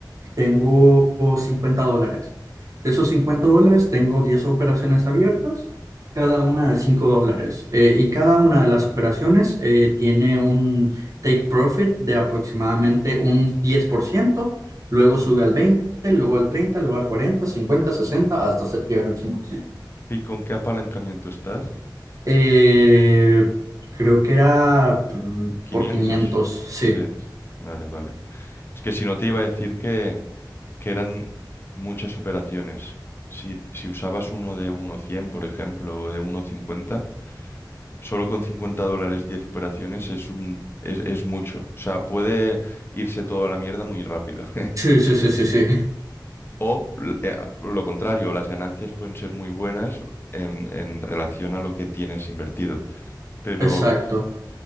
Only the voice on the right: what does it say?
tengo 50 dólares. De esos 50 dólares tengo 10 operaciones abiertas, cada una de 5 dólares. Eh, y cada una de las operaciones eh, tiene un take profit de aproximadamente un diez por ciento luego sube al 20%, luego al 30%, luego al 40%, 50%, 60%, hasta se- llegar al 100%.
Eh, creo que era mm,
por quinientos sí.
Sí, sí, sí, sí, sí,
<laughs>
exacto.